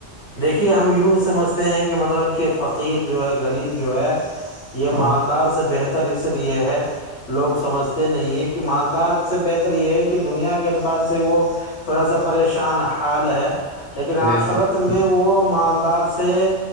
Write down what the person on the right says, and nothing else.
ہاں
بے شک